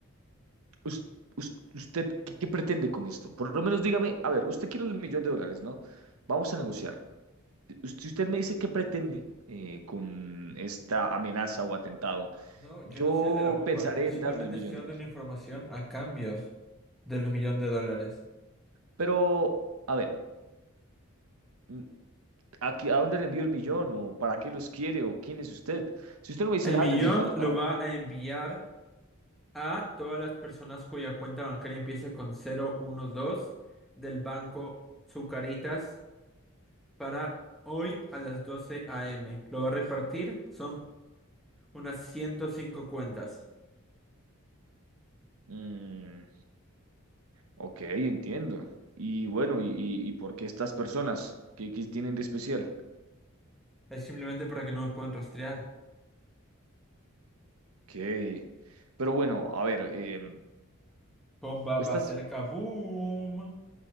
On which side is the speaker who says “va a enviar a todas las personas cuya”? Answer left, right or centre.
Centre